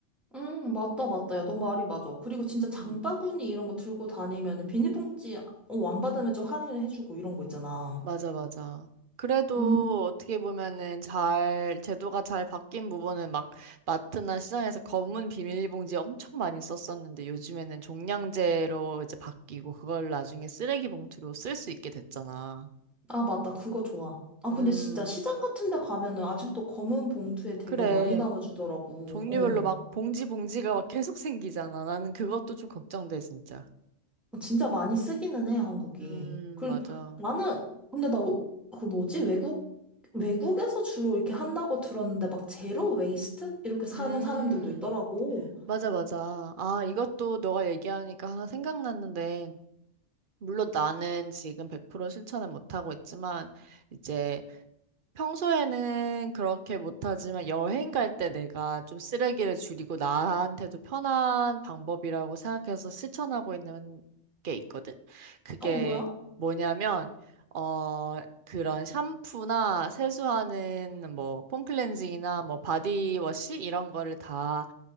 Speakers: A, in the centre; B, on the right.
A: 음, 맞다, 맞다. 야, 너 말이 맞아. 그리고 진짜 장바구니
B: 음.
A: 이런 거 들고 다니면은, 비닐봉지, 어, 안 받으면 좀 할인을 해주고, 이런 거 있잖아.
B: 맞아, 맞아. 그래도
A: 음,
B: 어떻게 보면은 잘, 제도가 잘 바뀐 부분은 막 마트나 시장에서 검은 비닐봉지 엄청 많이 썼었는데 요즘에는 종량제로 이제 바뀌고 그걸 나중에 쓰레기 봉투로 쓸 수 있게 됐잖아.
A: 아, 맞다. 그거 좋아. 아,
B: 음.
A: 근데 진짜 시장 같은 데 가면은, 아직도 검은 봉투에 되게
B: 그래.
A: 많이 담아주더라고.
B: 종류별로
A: 어.
B: 막 봉지 봉지가 막 계속 생기잖아. 나는 그것도 좀 걱정돼, 진짜.
A: 어, 진짜 많이 쓰기는 해, 한국이.
B: 음,
A: 그,
B: 맞아.
A: 나는, 근데 나, 그 뭐지? 외국, 외국에서 주로 이렇게 한다고 들었는데, 막 제로 웨이스트? 이렇게 사는
B: 음,
A: 사람들도 있더라고.
B: 맞아, 맞아. 아, 이것도 너가 얘기하니까 하나 생각났는데, 물론 나는 지금 100% 실천은 못하고 있지만, 이제 평소에는 그렇게 못하지만 여행 갈 때 내가 좀 쓰레기를 줄이고 나한테도 편한 방법이라고 생각해서 실천하고 있는 게 있거든? 그게
A: 어, 뭐야?
B: 뭐냐면, 어, 그런 샴푸나 세수하는 뭐 폼클렌징이나 뭐 바디워시 이런 거를 다